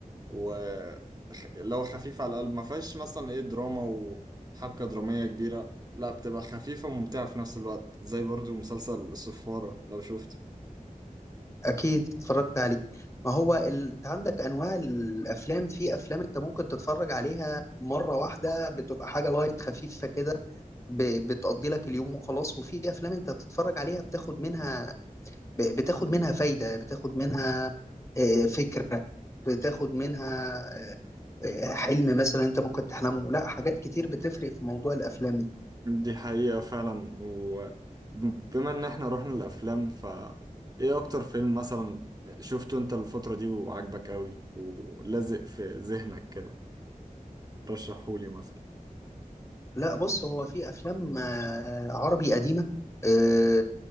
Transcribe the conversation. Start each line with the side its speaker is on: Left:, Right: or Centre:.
Right: ولو خفيف على القلب ما فيهاش مثلا ايه دراما وحبكة درامية كبيرة لا بتبقى خفيفة وممتعة في نفس الوقت زي برضو مسلسل الصفارة لو شفته
Left: أكيد اتفرجت عليه ما هو ال... أنت عندك أنواع الأفلام في أفلام أنت ممكن تتفرج عليها مرة واحدة بتبقى حاجة لايت خفيفة كده ب... بتقضي لك اليوم وخلاص وفي أفلام أنت تتفرج عليها بتاخد منها ب- بتاخد منها فايدة بتاخد منها آه، فكرة بتاخد منها آه، آه، حلم مثلا انت ممكن تحلمه لا حاجات كتير بتفرق في موضوع الافلام دي
Right: دي حقيقة فعلا وبما ان احنا رحنا الافلام ف ايه اكتر فيلم مثلا شفته انت الفترة دي وعجبك قوي ولازق في ذهنك كده رشحهولي مثلا
Left: لا بص هو في افلام آه، عربي قديمة آه،